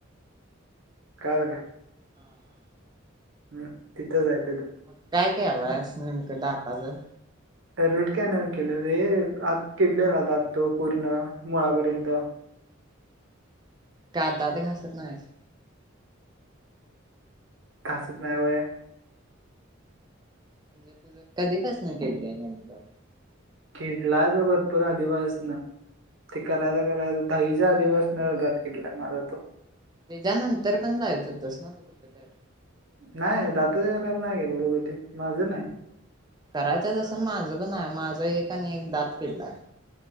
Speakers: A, on the right; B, on the right.
A: कळालं काय?
B: हा
A: हम तिथं जाय?
B: मग काय केलायंस नेमकं दाताचं?
A: रूट कॅनल केलो रे. आत किडलेला दात तो पूर्ण मुळापर्यंत.
B: <inaudible> का दात घासत नाहीस?
A: घासत नाही. व्हय.
B: म्हणजे तुझं कधी पासनं किडलंय नेमकं?
A: किडलाय त्यो भरपूर आधीपासनं ते करायचं, करायचं दहावीच्या आधीपासनं दात किडलाय माझा तो.
B: त्याच्यानंतर पण जायच होतस ना तू कुठ तर
A: नाही दात ल नाही <inaudible> माझं नाही.
B: करायचं तसं माझं पण हाय. माझं एक आणि एक दात किडलाय.